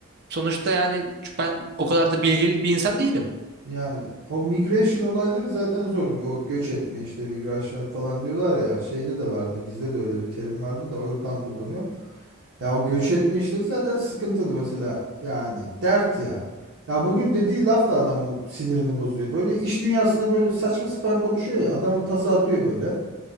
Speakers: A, on the right; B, on the right.
A: Sonuçta yani ben o kadar da bilgili bir insan değilim.
B: Yani o migration olayları zaten zor. O göç etme işte migration falan diyorlar ya. Şeyde de vardı. Bizde de öyle bir terim vardı da o yüzden kullanıyorum. Ya o göç etme işleri zaten sıkıntılı mesela. Yani dert ya. Ya bugün dediği laf da adamı sinirini bozuyor. Böyle iş dünyasında böyle saçma sapan konuşuyor ya. Adamın tası atıyor böyle.